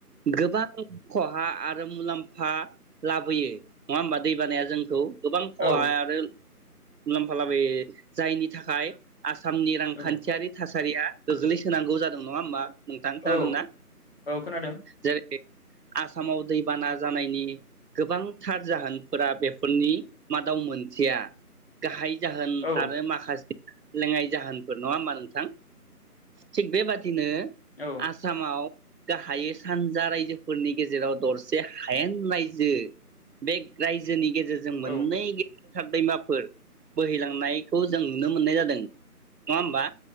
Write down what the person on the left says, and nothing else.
औ
औ
औ औ खोनादों
औ
औ
औ